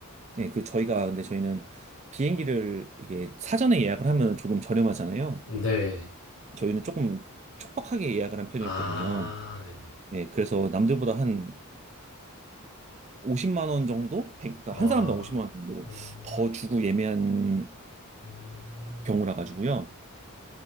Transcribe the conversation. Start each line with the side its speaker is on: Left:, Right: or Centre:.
Right: 예, 그 저희가, 근데 저희는 비행기를 이게 사전에 예약을 하면 조금 저렴하잖아요.
Left: 네.
Right: 저희는 조금 촉박하게 예약을 한 편이었거든요.
Left: 아 네네.
Right: 예, 그래서 남들보다 한 50만 원 정도? 백- 그러니까
Left: 아
Right: 한 사람당 50만 원 정도
Left: 음,
Right: 더 주고 예매한
Left: 음,
Right: 경우라 가지고요.